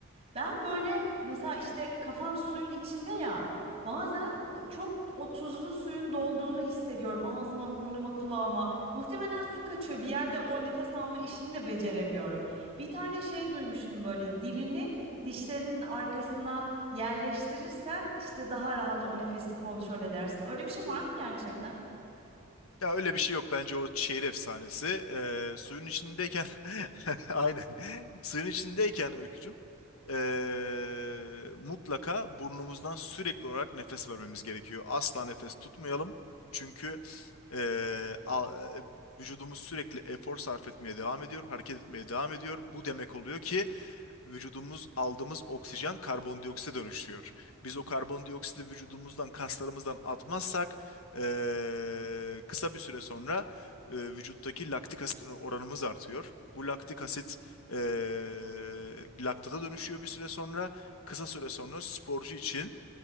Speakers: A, on the right; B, on the left.
A: Ben böyle mesela işte kafam suyun içinde ya. Bazen o- çok o tuzlu suyun dolduğunu hissediyorum ağzıma, burnuma, kulağıma. Muhtemelen su kaçıyor. Bir yerde o nefes alma işini de beceremiyorum. Bir tane şey duymuştum böyle dilini dişlerinin arkasına Yerleştirirsen işte daha rahat o nefesi kontrol edersin. Öyle bir şey var mı gerçekten?
B: Ya öyle bir şey yok bence o şehir efsanesi. Ee, suyun içindeyken <laughs> aynen suyun içindeyken Öykücüm ee, mutlaka burnumuzdan sürekli olarak nefes vermemiz gerekiyor. Asla nefes tutmayalım. Çünkü ee, a- vücudumuz sürekli efor sarf etmeye devam ediyor, hareket etmeye devam ediyor. Bu demek oluyor ki vücudumuz aldığımız oksijen karbondioksite dönüşüyor. Biz o karbondioksidi vücudumuzdan, kaslarımızdan atmazsak eee, kısa bir süre sonra eee, vücuttaki laktik asit or- oranımız artıyor. Bu laktik asit eee laktata dönüşüyor bir süre sonra. Kısa süre sonra sporcu için